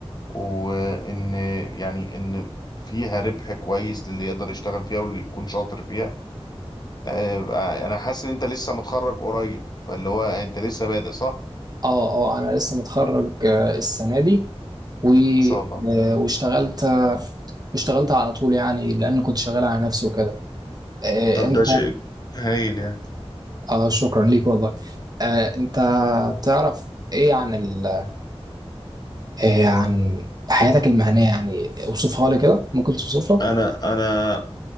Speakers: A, on the left; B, on the right.
A: وان يعني ان فيها ربح كويس للي يقدر يشتغل فيها واللي يكون شاطر فيها آه، انا حاسس ان انت لسه متخرج قريب فاللي هو انت لسه بادئ صح
B: اه اه انا لسه متخرج آه، السنه دي و
A: ما شاء الله
B: آه، واشتغلت واشتغلت على طول يعني لان كنت شغال على نفسي وكده آه،
A: طب
B: انت
A: ده شيء هايل يعني
B: اه شكرا ليك والله آه، انت تعرف ايه عن ال... آه، عن حياتك المهنيه يعني اوصفها لي كده ممكن توصفها
A: انا انا